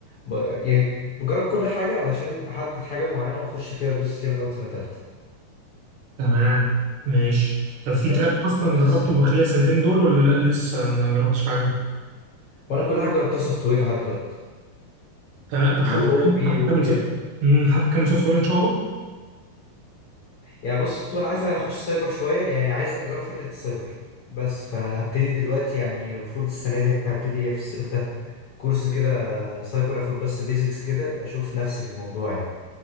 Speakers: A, on the left; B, on the right.
A: ب... يعني بجرب كل حاجة علشان احدد حاجة معينة واخش فيها وادوس فيها من اول سنة تالتة
B: تمام ماشي طب في
A: ب...
B: تراك اصلا
A: بس
B: جربته
A: يعني.
B: من خلال السنتين دول ولا لا لسه ما جربتش حاجة
A: وانا كل حاجة جربتها سوفت وير لحد دلوقتي
B: تمام. طب حابب
A: واو بي
B: حابب تكمل
A: وكده
B: سوفت امم حابب تكمل سوفت وير ان شاء الله
A: يعني بص وانا عايز اخش سايبر شوية يعني عايز اجرب فكرة السايبر بس فهبتدي دلوقتي يعني المفروض السنة دي هبتدي في الصيف ده كورس كده سايبر اخد بس بيزكس كده اشوف نفسي في الموضوع يعني